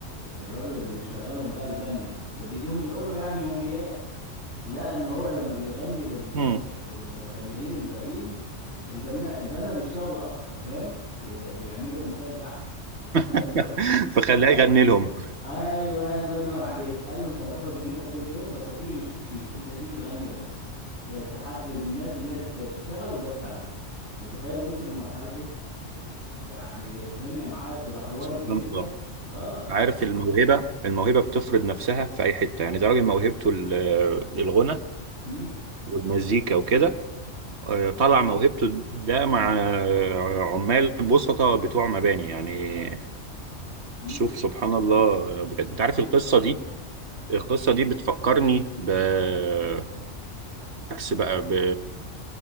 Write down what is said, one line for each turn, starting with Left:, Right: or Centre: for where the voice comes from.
Left: الراجل اللي بيشغلهم بقى البنا اللي بيديهم الأجرة يعني يوميات لقى ان هو لما بيغني للص-
Right: مم.
Left: للبنائين الباقيين البنا البنا بيشتغلوا اكتر فاهم بي- بيعملوا انتاج احسن فقال
Right: <laughs>
Left: له بص
Right: فخلاه
Left: بجد
Right: يغني لهم
Left: ايوه الله ينور عليك قال له انت هتاخد يوميتك كل يوم بس هتيجي مش تشيل انت هتيجي تغني بس فتحفز الناس ان هي ت- تشتغل وبس على كده متخيل وصل لمرحله ايه يعني الدنيا معاه تدهورت
Right: <laughs> سبحان
Left: جدا
Right: الله
Left: اه
Right: عارف
Left: اه
Right: الموهبه الموهبه بتفرض نفسها في اي حته يعني ده راجل موهبته ال- الغنى
Left: امم
Right: والمزيكا وكده آه، طلع موهبته ده مع آه، عمال بسطة بتوع مباني يعني
Left: اه امم
Right: شوف سبحان الله بجد
Left: سبحان
Right: انت عارف القصه
Left: الله
Right: دي القصه دي بتفكرني بالعكس بقى ب...